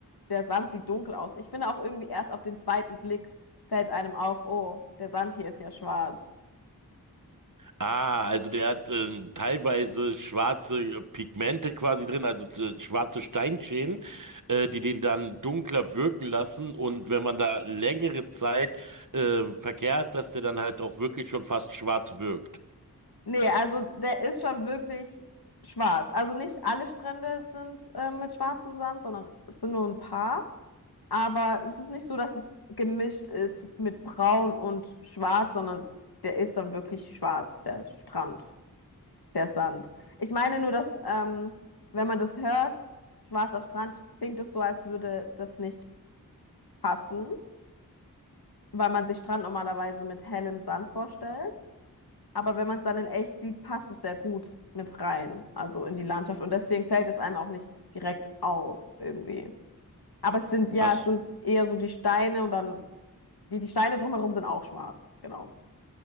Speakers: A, on the left; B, on the right.
A: der Sand sieht dunkel aus. Ich finde auch irgendwie erst auf den zweiten Blick fällt einem auf, oh, der Sand hier ist ja schwarz.
B: Ah, also der hat ähm, teilweise schwarze äh, Pigmente quasi drin, also zu- schwarze Steinschäden, äh, die den dann dunkler wirken lassen. Und wenn man da längere Zeit äh, verkehrt, dass der dann halt auch wirklich schon fast schwarz wirkt.
A: Nee, also der ist schon wirklich schwarz. Also nicht alle Strände sind äh, mit schwarzem Sand, sondern es sind nur ein paar. Aber es ist nicht so, dass es gemischt ist mit braun und schwarz, sondern der ist dann wirklich schwarz, der Strand. Der Sand. Ich meine nur, dass, ähm, wenn man das hört, schwarzer Strand, klingt es so, als würde das nicht passen, weil man sich Strand normalerweise mit hellem Sand vorstellt. Aber wenn man es dann in echt sieht, passt es sehr gut mit rein, also in die Landschaft. Und deswegen fällt es einem auch nicht direkt auf, irgendwie. Aber es sind, ja,
B: Hast,
A: es sind eher so die Steine und dann, die, die Steine drumherum sind auch schwarz, genau.